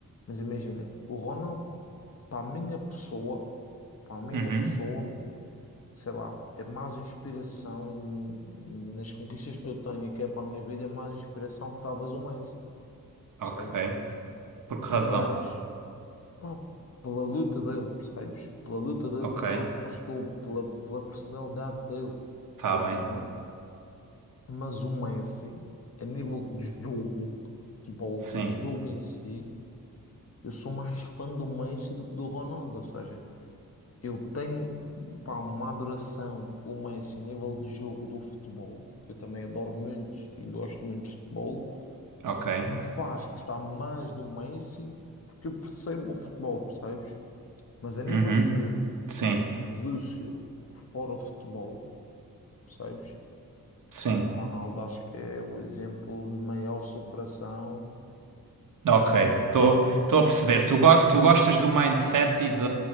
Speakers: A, on the left (about 45°); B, on the right (about 65°).
A: mas imagina, o Ronaldo, para a minha pessoa, para a minha
B: uhum.
A: pessoa. sei lá, a mais inspiração nas conquistas que eu tenho e que é para a minha vida, é mais inspiração que talvez o Messi,
B: Ok.
A: percebes?
B: Por que razão?
A: Mas, pá, pela luta dele, percebes? Pela luta dele,
B: Ok.
A: pelo que ele conquistou, pela, pela personalidade dele,
B: Tá
A: estás
B: bem.
A: a perceber? Mas o Messi, a nível de jogo, de futebol,
B: Sim.
A: do jogo em si, eu sou mais fã do Messi do que do Ronaldo, ou seja. Eu tenho, pá, uma adoração pelo Messi a nível de jogo do futebol, que eu também adoro muito e gosto muito de futebol,
B: Ok.
A: que me faz gostar mais do Messi, porque eu percebo o futebol, percebes? Mas a nível
B: Uhum.
A: de
B: Sim.
A: Lúcio fora o futebol, percebes?
B: Sim.
A: O Ronaldo acho que é o exemplo de maior superação.
B: Ok, estou
A: Yeah,
B: a perceber. Tu, go- tu gostas do mindset e, de,